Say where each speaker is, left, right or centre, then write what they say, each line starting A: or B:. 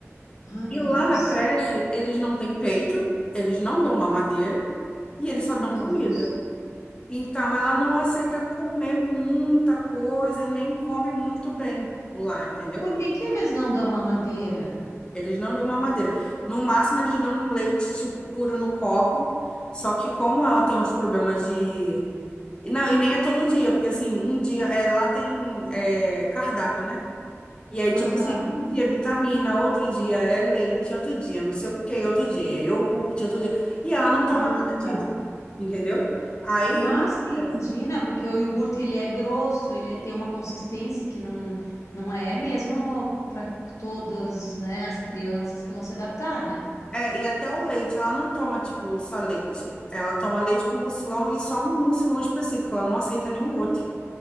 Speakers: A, on the left; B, on the left.
A: Ah, meu
B: E lá
A: Deus.
B: na creche, eles não têm peito, eles não dão mamadeira e eles só
A: Ah,
B: dão
A: meu
B: comida.
A: Deus.
B: Então ela não
A: E
B: aceita comer muita coisa e nem come muito bem lá, entendeu?
A: por que que eles não dão mamadeira?
B: Eles não dão mamadeira. No máximo, eles dão um leite, tipo, puro no copo. Só que como ela tem uns problemas de... e Não, e nem é todo dia, porque, assim, um dia... É, lá tem é, cardápio, né? E aí, tipo
A: Aham.
B: assim, um dia é vitamina, outro dia é leite, outro dia não sei o quê, outro dia é iogurte, outro dia... E ela não toma
A: Ah,
B: nada disso,
A: tá.
B: entendeu? Aí,
A: Ah,
B: o que
A: sim,
B: acontece?
A: imagina, porque o iogurte ele é grosso, ele é, tem uma consistência que não, não é mesmo para todas, né, as crianças que vão se adaptar, né?
B: É, e até o leite, ela não toma, tipo, só leite. Ela toma leite com mucilão e só um mucilão específico. Ela não aceita nenhum outro.